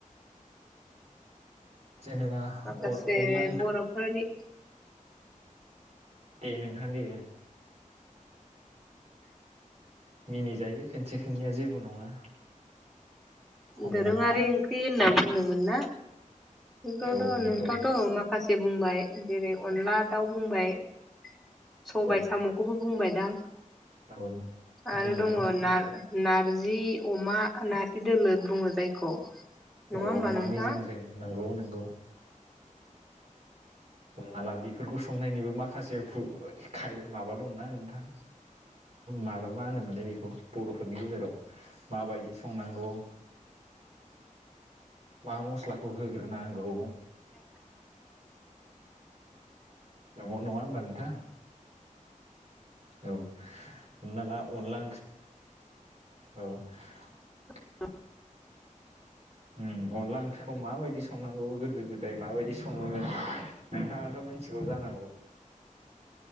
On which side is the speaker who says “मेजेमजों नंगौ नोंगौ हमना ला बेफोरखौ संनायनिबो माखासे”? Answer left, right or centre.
Right